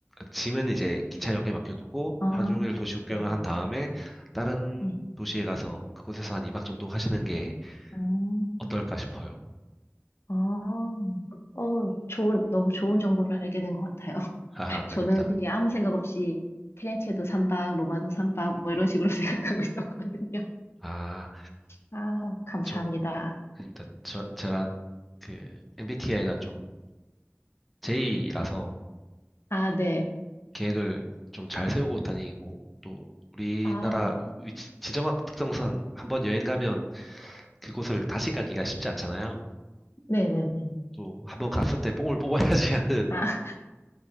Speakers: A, in the centre; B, on the left.
A: 짐은 이제 기차역에 맡겨두고,
B: 아,
A: 하루 종일 도시 구경을
B: 네네.
A: 한 다음에, 다른
B: 네.
A: 도시에 가서 그곳에서 한 2박 정도 하시는 게
B: 음.
A: 어떨까 싶어요.
B: 아, 어, 좋은, 너무 좋은 정보를 알게 된 것 같아요. <laughs>
A: 아,
B: 저는
A: 아닙니다.
B: 그냥 아무 생각 없이 피렌체도 삼박 로마도 삼박 뭐 이런 식으로 <laughs> 생각하고 있었거든요.
A: 아,
B: 아, 감사합니다.
A: 저, 아닙니다. 저, 제가 그 MBTI가 좀 J라서
B: 아, 네.
A: 계획을 좀 잘 세우고 다니고 또 우리나라
B: 아,
A: 위치- 지정학 특성상 한번 여행 가면 그곳을 다시 가기가 쉽지 않잖아요.
B: 네네네.
A: 또 한번 갔을 때 뽕을 뽑아야지 <laughs> 하는
B: 아,